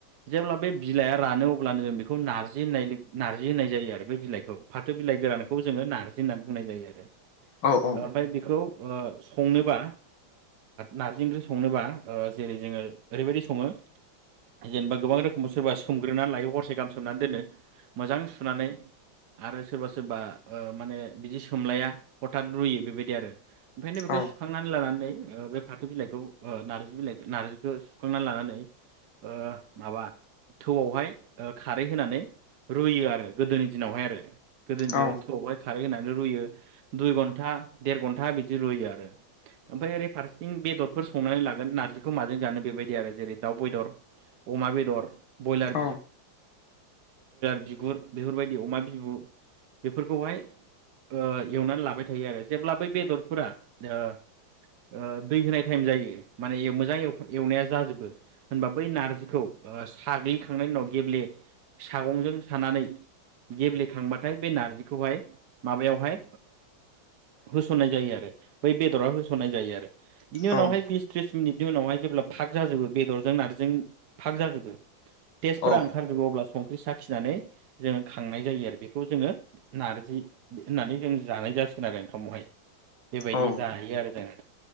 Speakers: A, on the right (about 65°); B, on the left (about 85°).
A: जेब्ला बे बिलाइआ रानो अब्लानो जों बेखौ नारजि होननाय नार्जि होननाय जायो आरो बे बिलाइखौ फाथो बिलाइ गोरानखौ जोङो नार्जि होननानै बुंनाय जायो आरो
B: औ औ
A: ओमफ्राय बेखौ ओ संनोबा नारजि ओंख्रि संनोबा। ओ जेरै जोङो ओरैबायदि सङो जेनेबा गोबां रोखोमाव सोरबा सोमग्रोनानै लायो हरसे गाहाम सोमनानै दोनो मोजां सुनानै आरो सोरबा सोरबा माने ओ बिदि सोमलाया हथत रुयो बेबायदि आरो ओंखायनो बेखौ
B: औ
A: सुखांनानै लानानै ओ बे फाथो बिलाइखौ नारजि नारजि बिलाइ नारजिखौ सुखांनानै लानानै ओ माबा थौआवहाय खारै होनानै रुयो आरो गोदोनि दिनावहाय आरो गोदोनि दिनाव
B: औ
A: थौआवहाय खारै होनानै रुयो दुइ घन्टा देर घन्टा बिदि रुयो आरो ओमफ्राय ओरै फारसेथिं बेदरफोर संनानै लागोन नार बेखौ‌ माजों जानो बे‌ दाव बेदर अमा बेदर बयलार
B: औ
A: बिगुर बेफोर बादि अमा बिबु बेफोरखौ हायो एउनानै लाबाय थायो आरो लेब्ला बै बेदरफोरा ओ ओ दै होनाय टाइम जायो होनाय। जाय एवनाया जाजोबो होनबा बै नार्जिखौ साग्लिखांनायनि उनाव गेब्ले सागंजों सानानै गेब्लेखांबाथाय बे नारजिखौहाय माबायावहाय होसननाय जायो आरो बै बेदराव होसननाय जायो आरो बिनि उनावहाय
B: औ
A: बिस त्रिस मिनिट बिनि उनावहाय जेब्ला फाग जाजोबो बेदरजों नारजिजों फाग जाजोबो टेस्टफोरा
B: औ
A: ओंखारजोबो अब्लासो संख्रि साखिनानै जोङो खांनाय जायो आरो बेखौ जोङो नारजि होननानै जों जानाय जासिगोन आरो ओंखामावहाय बेबायदि
B: औ
A: जायो आरो जोङो‌।